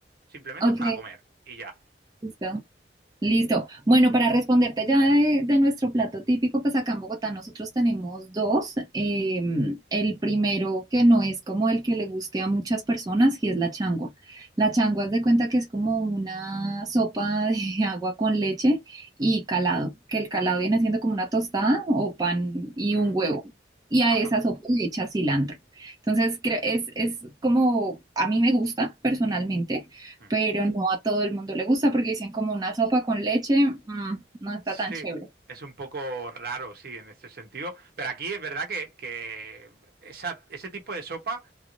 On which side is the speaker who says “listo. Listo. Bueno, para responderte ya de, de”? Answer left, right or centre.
Right